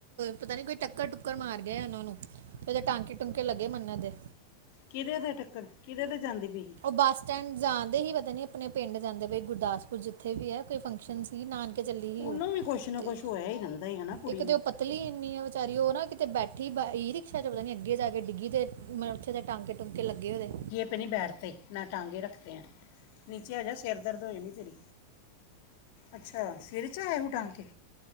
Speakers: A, on the right (about 75°); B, on the left (about 60°).
A: ਪਤਾ ਨਹੀਂ, ਕੋਈ ਟੱਕਰ ਟੁੱਕਰ ਮਾਰ ਗਿਆ ਉਨ੍ਹਾਂ ਨੂੰ। ਉਹਦੇ ਟਾਂਕੇ ਟੁੰਕੇ ਲੱਗੇ ਏ ਮੰਨਤ ਦੇ।
B: ਕਿਦੇ ਤੇ ਟੱਕਰ ਕਿਦੇ ਤੇ ਜਾਂਦੀ ਪਈ ਸੀ।
A: ਬੱਸ ਸਟੈਂਡ ਜਾਣਦੇ ਹੀ ਪਤਾ ਨਹੀਂ ਆਪਣੇ ਪਿੰਡ ਜਾਂਦੇ ਪਏ ਗੁਰਦਾਸਪੁਰ ਜਿੱਥੇ ਵੀ ਹੈ - ਫੰਕਸ਼ਨ ਸੀ ਨਾਨਕੇ ਚੱਲੀ ਹੀ
B: ਉਹਨੂੰ
A: ਸੀ ਉਹ
B: ਵੀ ਕੁਛ ਨਾ
A: ਤੇ
B: ਕੁਛ ਹੋਇਆ ਹੀ ਰਹਿੰਦਾ ਹੀ ਹਨਾ ਕੁੜੀ
A: ਇੱਕ ਤੇ
B: ਨੂੰ
A: ਉਹ ਪ ਪਤਲੀ ਇੰਨੀ ਆ ਵਿਚਾਰੀ ਓ ਨਾ ਬੈਠੀ ਕਿਤੇ ਬੈਠੀ ਸ਼ਾਇਦ ਪਤਾ ਨਹੀਂ ਅੱਗੇ ਜਾ ਕੇ ਡਿੱਗੀ ਤੇ ਮੱਥੇ ਤੇ ਟਾਂਕੇ ਟੂੰਕੇ ਲੱਗੇ ਉਹਦੇ।
B: ਪੇ ਨਹੀਂ ਬੈਠਤੇ ਨਾ ਟਾਂਗੇ ਰੱਖਤੇ ਹੈ ਨੀਚੇ ਹੋ ਜਾ ਸਿਰ ਦਰਦ ਹੋ ਜਾਣੀਤੇਰੀ। ਅੱਛਾ, ਸਿਰ ਚ ਆਏ ਹੂ ਟਾਂਕੇ?